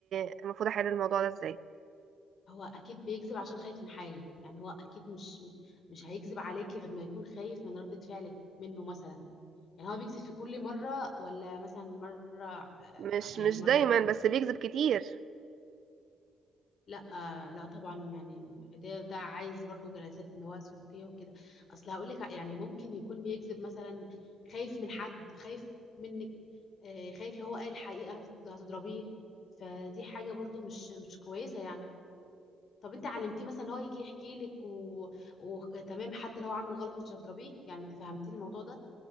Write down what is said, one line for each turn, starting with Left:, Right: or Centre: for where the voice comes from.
Right: المفروض احل الموضوع ده ازاي
Left: هو اكيد بيكذب عشان خايف من حاجه يعني هو اكيد مش مش هيكذب عليكي غير ما يكون خايف من ردة فعلك منه مثلا يعني هو بيكذب في كل مره ولا مثلا مره آه،
Right: مش
Left: مع- يعني
Right: مش
Left: مره
Right: دايما بس بيكذب كتير
Left: لا آه، لا طبعا يعني ده ده عايز برضو جلسات نواة سلوكيه وكده اصل هقول لك يعني ممكن يكون بيكذب مثلا خايف من حد خايف منك آه، خايف لو هو قال الحقيقه هتض- هتضربيه فدي حاجه برضو مش مش كويسه يعني طب انت علمتيه مثلا هو يجي يحكي لك و... وتمام حتى لو هو عامل غلط مش هتضربيه يعني انت فهمتيه الموضوع ده